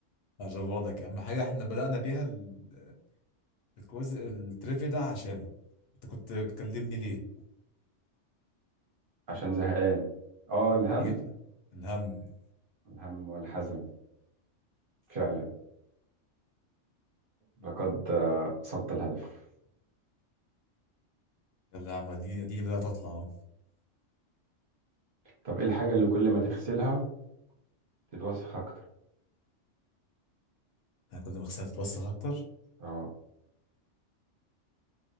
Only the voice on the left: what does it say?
هجربها لك يا عم حاجة احنا بدأنا بيها ال- الكويز التريفيا ده عشان انت كنت بتكلمني ليه؟
ايه بقى؟ الهم
يلا يا عم دي دي بدأت تطلع اهو
أنا كل ما خسرت تتوسخ اكتر